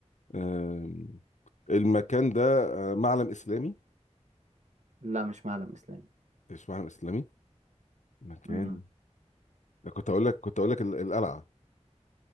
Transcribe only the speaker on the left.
أم، المكان ده آه، معلم إسلامي
اشمعنى اسلامي مكان
ده كنت اقول لك كنت اقول لك ال- القلعه